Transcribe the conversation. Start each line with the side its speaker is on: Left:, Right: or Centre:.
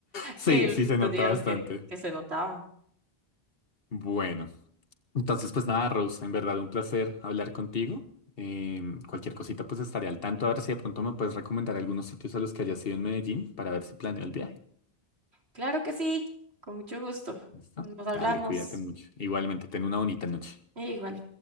Left: Sí,
Right: Y
Left: sí se nota
Right: nos dijeron
Left: bastante.
Right: que, que se notaba.
Left: Bueno, entonces pues nada, Rose, en verdad un placer hablar contigo. Em, cualquier cosita pues estaré al tanto, a ver si de pronto me puedes recomendar algunos sitios a los que hayas ido en Medellín para ver si planeo el viaje.
Right: Claro que sí, con mucho gusto.
Left: ¿Listo?
Right: Nos hablamos.
Left: Dale, cuídate mucho. Igualmente, ten una bonita noche.
Right: Y